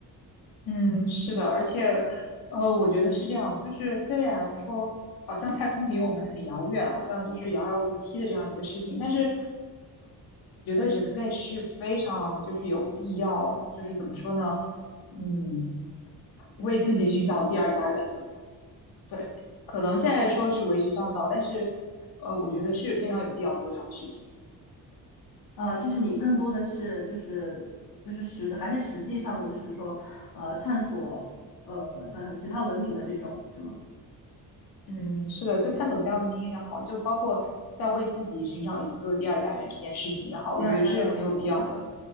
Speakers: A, on the left; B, on the left.
A: 嗯，是的，而且，呃，我觉得是这样，就是虽然说好像太空离我们很遥远，好像就是遥遥无期的这样一个事情，但是。人类是非常就是有必要，就是怎么说呢，嗯，为自己寻找第二家园。对，可能现在说是为时尚早，但是呃，我觉得是非常有必要做这样的事情。
B: 呃，就是你更多的是就是就是实还是实际上的，就是说呃探索呃叫什么其他文明的这种是吗？
A: 嗯，是的，就探索其他文明也好，就包括在为自己寻找一个第二家园这件事情也好，
B: 第二家园也好，
A: 我觉得是很有必要的。
B: 对